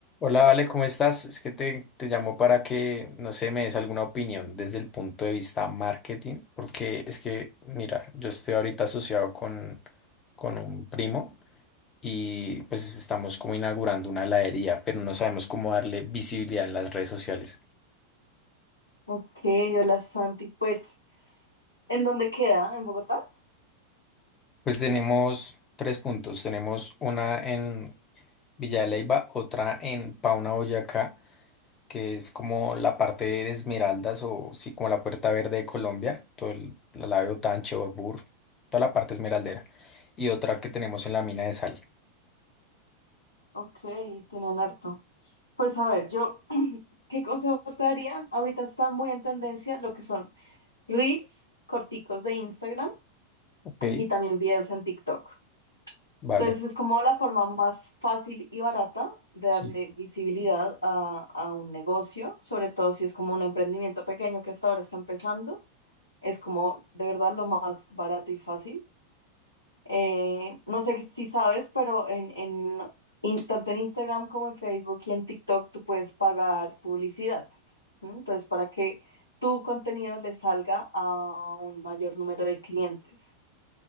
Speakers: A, on the left; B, on the left.
A: Hola, Vale, ¿cómo estás? Es que te, te llamo para que, no sé, me des alguna opinión desde el punto de vista marketing, porque es que, mira, yo estoy ahorita asociado con, con un primo y pues estamos como inaugurando una heladería, pero no sabemos cómo darle visibilidad en las redes sociales.
B: Ok, hola Santi. Pues, ¿en dónde queda? ¿En Bogotá?
A: Pues tenemos tres puntos. Tenemos una en Villa de Leyva, otra en Pauna, Boyacá que es como la parte de Esmeraldas o sí, como la Puerta Verde de Colombia, todo el, la Lave Otanche, Orbur, toda la parte esmeraldera. Y otra que tenemos en la mina de sal.
B: Ok, tienen harto. Pues a ver, yo, <clears throat> ¿qué consejos te darían? Ahorita están muy en tendencia lo que son reels corticos de Instagram
A: Ok,
B: <clears throat> y también videos en TikTok.
A: vale.
B: Entonces es como la forma más fácil y barata de
A: Sí.
B: darle visibilidad a, a un negocio, sobre todo si es como un emprendimiento pequeño que hasta ahora está empezando. Es como de verdad lo más barato y fácil. Eh, no sé si sabes, pero en, en in- tanto en Instagram como en Facebook y en TikTok tú puedes pagar publicidad. ¿m? Entonces, para que tu contenido le salga a un mayor número de clientes.